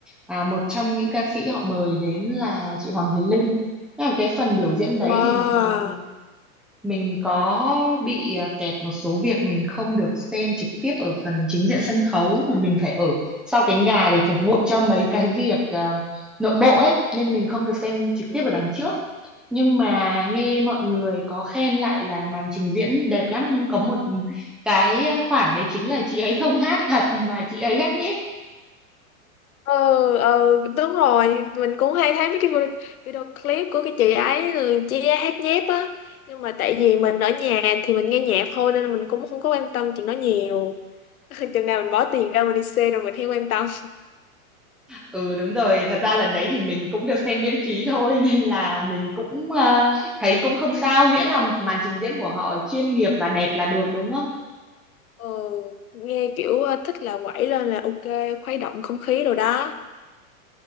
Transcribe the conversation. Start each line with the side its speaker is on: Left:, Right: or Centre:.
Centre: à, một trong những ca sĩ họ mời đến là chị Hoàng Thùy Linh Thế là cái phần biểu diễn đấy
Left: wow
Centre: thì mặc dù mình mình có bị à, kẹt một số việc mình không được xem trực tiếp ở phần chính diện sân khấu mà mình phải ở sau cánh gà để phục vụ cho mấy cái việc à, nội bộ ấy nên mình không được xem trực
Left: ừ.
Centre: tiếp ở đằng trước. Nhưng mà nghe mọi người có khen lại là màn trình diễn đẹp lắm nhưng có một ừ, cái à, khoản đấy chính là chị ấy không hát thật mà chị ấy hát nhép
Left: ừ ừ đúng rồi mình cũng hay thấy mấy cái video, video clip của cái chị ấy chị ấy hát nhép á nhưng mà tại vì mình ở nhà thì mình nghe nhạc thôi nên là mình cũng không có quan tâm chuyện đó nhiều <laughs> chừng nào mình bỏ tiền ra mình đi xe rồi mình theo quan tâm
Centre: Ừ đúng rồi, thật ra lần đấy thì mình cũng được xem miễn phí thôi <laughs> nên là mình cũng ờ, thấy cũng không sao miễn là màn trình diễn của họ chuyên nghiệp và đẹp là được đúng không?
Left: Ờ, nghe kiểu ờ, thích là quẩy lên là ok khuấy động không khí rồi đó